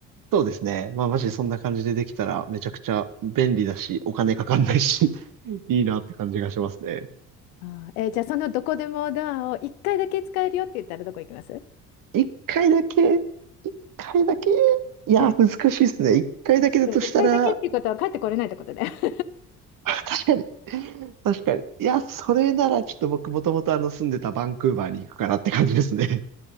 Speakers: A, on the right; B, on the left.
A: そうですね。まあ、マジでそんな感じでできたら、めちゃくちゃ便利だし、お金かかんないし、<laughs> いいなって感じがしますね。
B: あーえーじゃあそのどこでもドアを1回だけ使えるよって言ったらどこ行きます
A: 一回だけ、一回だけ、いや、
B: でも、
A: 難しいですね。一回だけだとしたら、
B: でも1回だけっていうことは帰ってこれないってことだよ。<laughs>
A: <laughs> 確かに。確かに。いや、それならちょっと僕もともとあの住んでたバンクーバーに行くかなって感じですね。